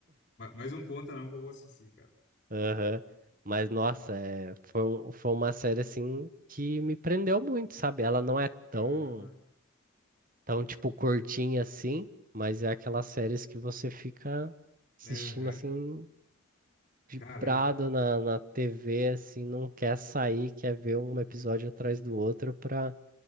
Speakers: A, on the left; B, on the right.
A: Ma- Mas não conta não que eu vou assistir, cara.
B: Aham. Mas nossa, é, foi, um- foi uma série assim que me prendeu muito, sabe? Ela não é
A: Caramba.
B: tão, tão tipo curtinha assim, mas é aquelas séries que você fica assistindo
A: Aham.
B: assim vibrado
A: Caramba.
B: na, na TV, assim, não quer sair, quer ver um episódio atrás do outro pra